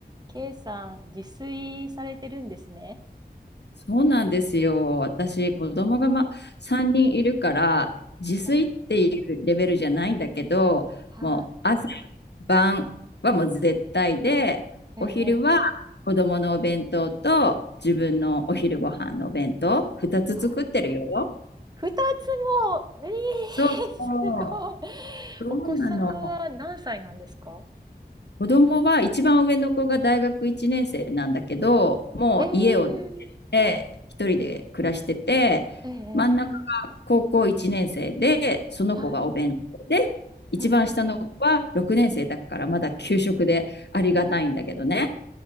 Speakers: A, on the right; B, on the left.
A: K さん、自炊されてるんですね。
B: そうなんですよ。私、子供がま、3人いるから、自炊っていうレベルじゃないんだけど、
A: え、は
B: もう朝、晩はもう絶対で、
A: い、
B: お昼は子供のお弁当と自分のお昼ご飯のお弁当、
A: ええ、ええ
B: 2つ作ってるよ。
A: はい。二つも、ええすごい。
B: そうそう。そうなの。
A: お子さんは何歳なんですか
B: 子供は一番上の子が大学1年生なんだけど、もう家を出
A: ええ、
B: て一人で暮らしてて、
A: ええ、
B: 真ん中が高校1年生で、
A: ええ
B: その子がお弁当で、
A: はい、
B: 一番下の子は6年生だからまだ給食でありがたいんだけどね。
A: うん。